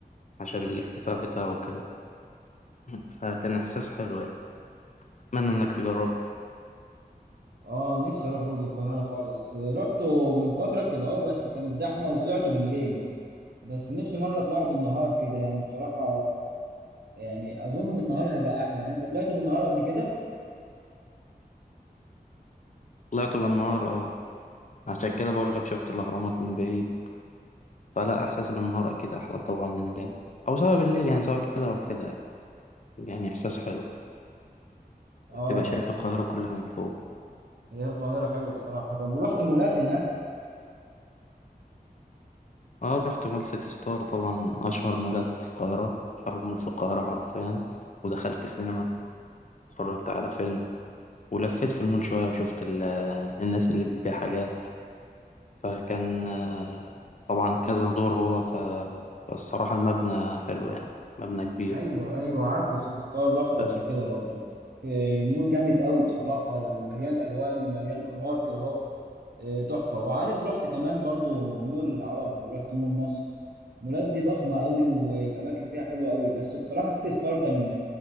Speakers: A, on the left; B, on the right.
A: عشان الارتفاع بتاعه كده فكان إحساس حلو يعني أتمنى إنك تجربه
B: اه نفسي اروح برج القاهرة خالص رحته من فترة كده اهو بس كانت زحمة وطلعته بالليل بس نفسي مرة اطلعه بالنهار كده يعني بصراحة يعني اظن بالنهار هيبقى احلى انت طلعته بالنهار قبل كده
A: طلعت بالنهار أه عشان كده بقول لك شفت الأهرامات من بعيد فلا إحساس بالنهار أكيد أحلى طبعا من الليل أو سواء بالليل يعني سواء كده أو كده يعني يعني إحساس حلو
B: اه
A: تبقى شايف القاهرة كلها من فوق
B: هي القاهرة حلوة بصراحة طب ورحت مولات هناك
A: اه رحت مول سيتي ستار طبعا اشهر مولات القاهره اشهر مول في القاهره حرفيا ودخلت سينما اتفرجت على فيلم ولفيت في المول شويه وشفت ال- آه، الناس اللي بتبيع حاجات فكان آه، طبعا كذا دور هو ف... فالصراحه المبنى حلو يعني مبنى كبير
B: ايوه ايوه عارفه سيتي ستار رحته
A: بس
B: قبل كده برضو آه، مول جامد قوي بصراحة مليان الوان ومليان انوار كده اهو آه، تحفة وعارف رحت كمان برضو مول العرب ورحت مول مصر مولات دي ضخمه قوي والاماكن فيها حلوه قوي بس بصراحه سيتي ستار كان